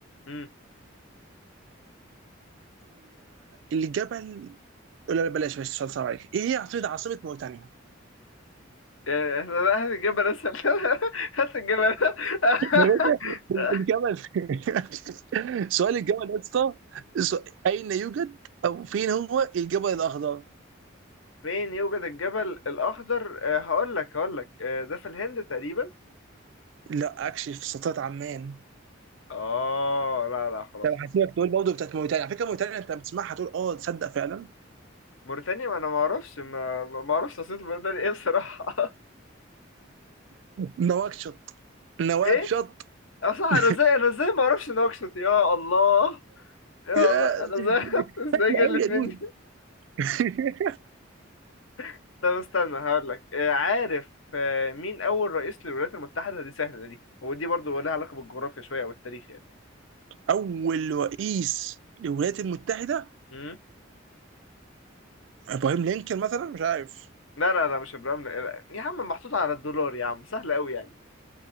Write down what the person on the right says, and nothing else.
الجبل لا لا، بلاش بلاش سؤال صعب عليك ايه هي عاصمه عاصمه موريتانيا؟ <laughs>
يا باشا، الجبل <laughs> سؤال الجبل يا اسطى سو- اين يوجد او فين هو الجبل الاخضر؟
لا اكشلي في سلطنه عمان
طب
هسيبك تقول برضه بتاعت موريتانيا على فكره موريتانيا انت لما تسمعها تقول اه تصدق فعلا
نواكشوط نواكشوط
<laughs>
يا
سهله
قوي يا
دود <laughs>
اول رئيس للولايات
المتحده
ابراهيم لينكولن مثلا مش عارف